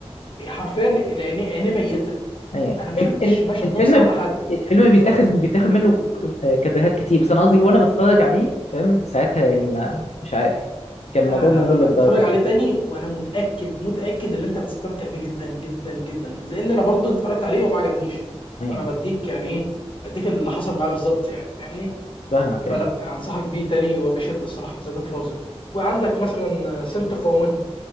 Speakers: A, on the left; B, on the left.
A: حرفيا عينيه عينيه ميته
B: ايوه
A: انا ما شفتش
B: الف- ال-
A: المشهد
B: الفيلم
A: ده اصلا
B: ب...
A: على حد
B: الفيلم
A: يعني
B: بيتاخد
A: بالظبط
B: بيتاخد منه ك- كدهات كتير بس انا قصدي وانا بتفرج عليه فاهم ساعتها يعني ما مش عارف كان
A: لا
B: الموضوع
A: لا
B: ممل
A: لا لا
B: لدرجه
A: اتفرج عليه تاني وانا متاكد متاكد ان انت هتستمتع بيه جدا جدا جدا لان انا برضه اتفرجت عليه وما عجبنيش
B: ايوه
A: فانا بديك يعني ايه بديك اللي حصل معاه بالظبط يعني فاهمني
B: أيوة. فاهمك ايوه
A: فلا انصحك بيه تاني وبشده الصراحه ذا جاد فازر وعندك مثلا سنت اوف وومن